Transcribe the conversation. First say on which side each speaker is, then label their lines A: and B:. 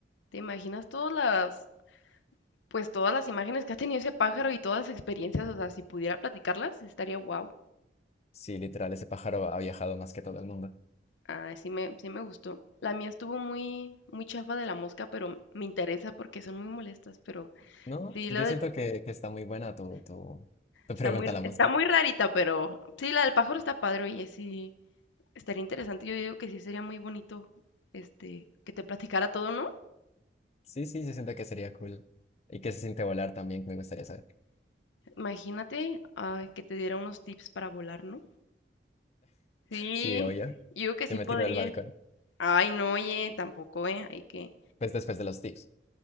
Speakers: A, on the left (about 80°); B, on the left (about 35°).
A: ¿Te imaginas todas las, pues todas las imágenes que ha tenido ese pájaro y todas las experiencias? O sea, si pudiera platicarlas, estaría wow.
B: Sí, literal, ese pájaro ha viajado más que todo el mundo.
A: Ah, sí me, sí me gustó. La mía estuvo muy, muy chafa de la mosca, pero me interesa porque son muy molestas. Pero
B: No,
A: sí, la
B: yo
A: del,
B: siento que, que está muy buena tu, tu, tu
A: está
B: pregunta
A: muy,
B: a la
A: está
B: mosca.
A: muy rarita, pero sí, la del pájaro está padre, oye, sí, estaría interesante. Yo digo que sí sería muy bonito, este, que te platicara todo, ¿no?
B: Sí, sí, yo siento que sería cool. Y que se siente volar también, me gustaría saber.
A: Imagínate, ay, que te diera unos tips para volar, ¿no? Sí,
B: Sí, obvio,
A: yo digo que sí
B: yo me
A: podría.
B: tiro del balcón.
A: Ay, no, oye, tampoco, ¿eh? Hay que...
B: Pues después de los tips.